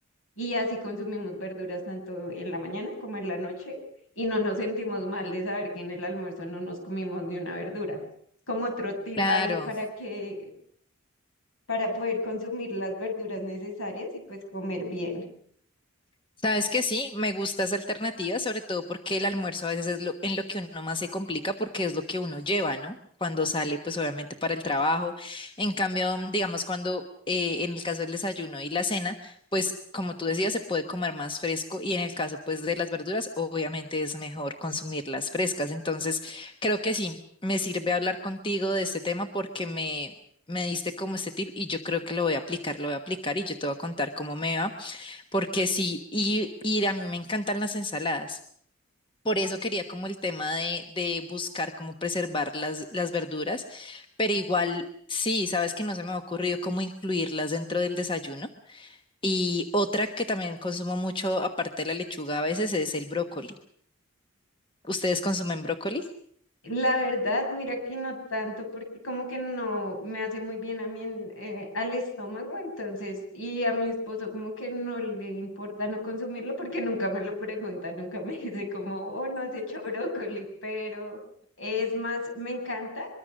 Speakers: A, on the left; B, on the left.
A: y así consumimos verduras tanto en la mañana como en la noche y no nos sentimos mal de saber que en el almuerzo no nos comimos ni una verdura. Como otro tip
B: claro.
A: ahí para que, para poder consumir las verduras necesarias y pues comer bien.
B: Sabes que sí, me gusta esa alternativa, sobre todo porque el almuerzo a veces es lo, en lo que uno más se complica porque es lo que uno lleva, ¿no? Cuando sale, pues obviamente para el trabajo. En cambio, digamos, cuando eh, en el caso del desayuno y la cena, pues como tú decías, se puede comer más fresco y en el caso, pues, de las verduras, obviamente es mejor consumirlas frescas. Entonces, creo que sí, me sirve hablar contigo de este tema porque me, me diste como este tip y yo creo que lo voy a aplicar, lo voy a aplicar y yo te voy a contar cómo me va porque sí, y, y a mí me encantan las ensaladas. Por eso quería como el tema de, de buscar cómo preservar las, las verduras, pero igual sí, sabes que no se me ha ocurrido cómo incluirlas dentro del desayuno. Y otra que también consumo mucho, aparte de la lechuga a veces, es el brócoli. ¿Ustedes consumen brócoli?
A: La verdad, mira que no tanto, porque como que no me hace muy bien a mí en, eh, al estómago, entonces, y a mi esposo como que no le importa no consumirlo porque nunca me lo pregunta, nunca me <laughs> dice como, oh, no has hecho brócoli, pero es más, me encanta.